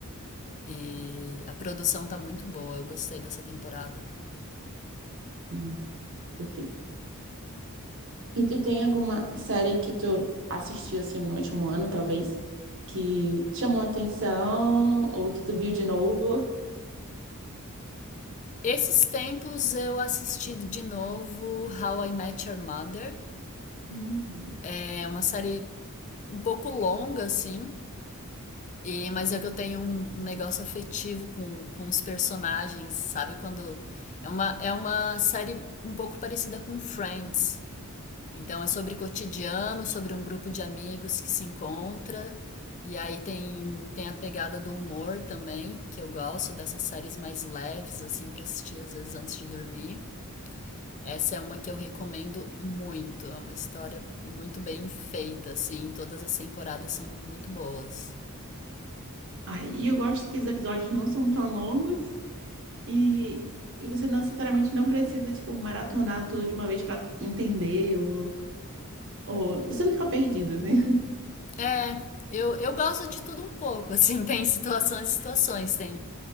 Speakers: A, on the left; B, on the right.
A: E a produção tá muito boa, eu gostei dessa temporada.
B: Hum, Perfeito. E tu tem alguma série que tu assistiu assim no último ano, talvez, que te chamou a atenção ou que tu viu de novo?
A: Esses tempos eu assisti de novo How I Met Your Mother.
B: Hum.
A: É uma série um pouco longa, assim, E, mas é que eu tenho um, um negócio afetivo com, com os personagens, sabe? Quando. É uma, é uma série um pouco parecida com Friends. Então é sobre cotidiano, sobre um grupo de amigos que se encontra. E aí tem, tem a pegada do humor também, que eu gosto dessas séries mais leves, assim, pra assistir às vezes antes de dormir. Essa é uma que eu recomendo muito. É uma história muito bem feita, assim. Todas as temporadas são muito boas.
B: Ai, e eu gosto que os episódios não são tão longos e, e você não necessariamente não precisa, tipo, maratonar tudo de uma vez pra entender ou, ou... você não fica perdido, né? <laughs>
A: É, eu, eu gosto de tudo um pouco, assim, <laughs> tem situações e situações, tem.